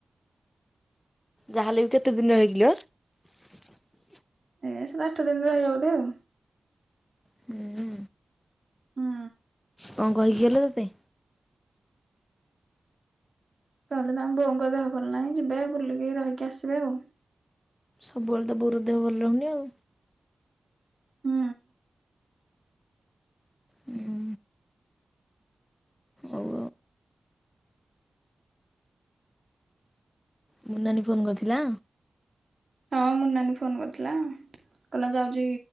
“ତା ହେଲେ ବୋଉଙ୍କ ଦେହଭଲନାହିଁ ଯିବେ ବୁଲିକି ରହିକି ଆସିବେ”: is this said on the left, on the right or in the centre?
Right